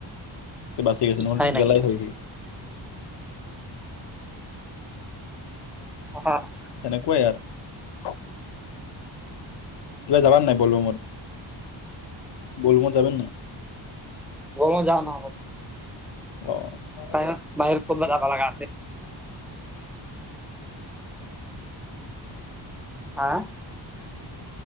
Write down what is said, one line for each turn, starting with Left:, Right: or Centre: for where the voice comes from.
Left: বাচি গৈছে নহ'লেতো
Centre: হয় নেকি
Left: গেলাই হয়হি।
Centre: অ'
Left: তেনেকুৱাই আৰু এইবাৰ যাবান নাই বলোঙত বলোঙত যাবান নাই
Centre: অঁ যাম অঁ
Left: অ'।
Centre: বাই বাইৰ ওচৰতো যাবা লাগা আছে হাঁ